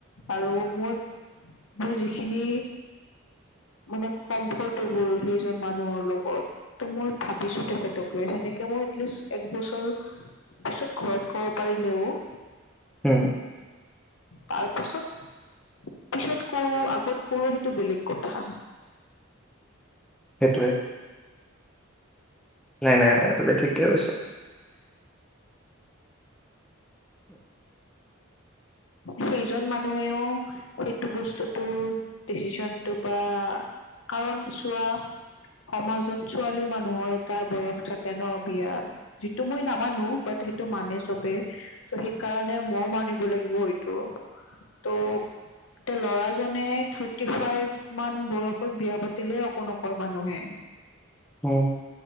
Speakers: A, on the left (about 75°); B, in the centre.
A: আৰু মই মই যিখিনি মানে কমফৰ্টেবল সেইজন মানুহৰ লগত ত মই ভাবিছো তেখেতকে সেনেকে মই এতষ্টিচ এক বছৰ পিছত ঘৰত কব পাৰিলেও
B: হম।
A: তাৰ পাছত পিছত কৰোঁ আগত কৰোঁ সেইটো বেলেগ কথা।
B: সেইটোৱে নাই নাই নাই। তুমি ঠিকে কৈছা।
A: সেইজন মানুহেও সেইটো বস্তুতটো ডিচিশনটো বা কাৰণ চোৱা সমাজত ছোৱালী মানুহৰ এটা বয়স থাকে ন বিয়াৰ। যিটো মই নামানো বাট সেইটো মানে চবে ত' সেইকাৰণে মই মানিব লাগিব হয় ত তহ এতিয়া লৰাজনে থাৰ্টি ফাইভ মান বয়সত বিয়া পাতিলে একো নকয় মানুহে।
B: উম।